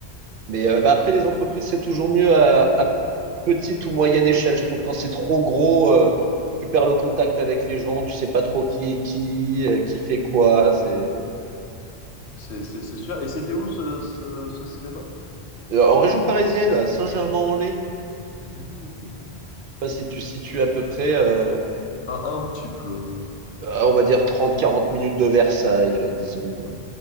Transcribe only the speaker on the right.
Mais euh, bah, après, les entreprises, c'est toujours mieux à, à petite ou moyenne échelle. Je trouve quand c'est trop gros, euh, tu perds le contact avec les gens, tu sais pas trop qui est qui, euh, qui fait quoi. C'est
Euh, en région parisienne, à Saint-Germain-en-Laye.
pas si tu situes à peu près, euh,
euh, on va dire 30-40 minutes de Versailles, euh, disons.